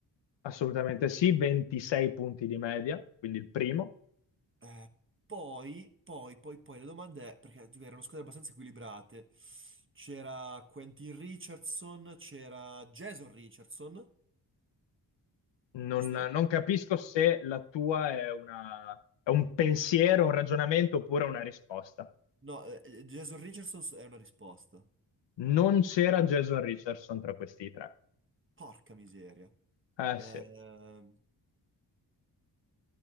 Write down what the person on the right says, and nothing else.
Eh, poi, poi, poi, poi le domande, perché dico, erano squadre abbastanza equilibrate. C'era Quentin Richardson, c'era Jason Richardson,
giusto?
No, eh, eh, Jason Richardson è una risposta.
Porca miseria.
Ehm,